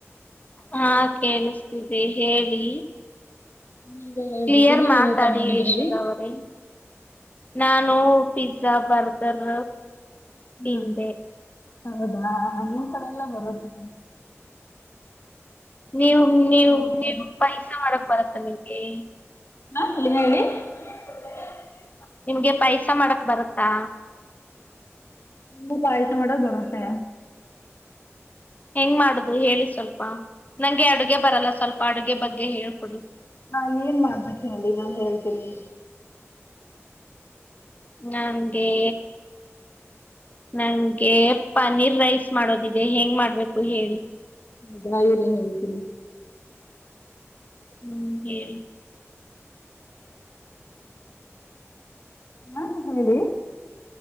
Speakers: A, on the left; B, on the left.
A: ಹಾ ಕೇಳಿಸ್ತಿ ಹೇಳಿ
B: ನೀವೇ ಹೇಳ್ಬೇಕು
A: ಕ್ಲಿಯರ್
B: ನೀವೇನ್
A: ಮಾತಾಡಿ
B: ಊಟ ಮಾಡಿದ್ರಿ
A: ಯಶೋದ ಅವರೇ ನಾನು ಪಿಜಜಾ ಬರ್ಗರ್
B: ಹ್ಮ
A: ತಿಂದೆ
B: ಹೌದ ನಿಮ್ ಕಡೆ ಎಲ್ಲ ಬರುತ್ತೆ
A: ನೀವು
B: ಬರುತ್ತೆ
A: ನೀವು ನೀವು ಪಾಯಸ ಮಾಡಕ್ ಬರತ್ತ ನಿಮ್ಗೆ
B: <inaudible>
A: ನಿಮ್ಗೆ ಪಾಯಸ ಮಾಡಕ್ ಬರುತ್ತಾ
B: ನ ಪಾಯಸ ಮಾಡಕ್ ಬರುತ್ತೆ
A: ಹೆಂಗ್ ಮಾಡುದು ಅದು ಹೇಳಿ ಸ್ವಲ್ಪ ನಂಗೆ ಅಡುಗೆ ಬರಲ್ಲ ಸ್ವಲ್ಪ ಅಡುಗೆ ಬಗ್ಗೆ ಹೇಳ್ಕೊಡಿ
B: ಹಾ ಏನ್ ಮಾಡ್ಬೇಕ ಹೇಳಿ ನಾನ್ ಹೇಳ್ತೇನಿ
A: ನಂಗೇ ನಂಗೆ ಪನೀರ್ ರೈಸ್ ಮಾಡೋದಿದೆ ಹೆಂಗ್ ಮಾಡ್ಬೇಕು ಹೇಳಿ
B: ಹದಾಗಿರೀ ಹೇಳತಿ
A: ಹ್ಮ್ ಹೇಳಿ
B: ಹಾ ಹೇಳಿ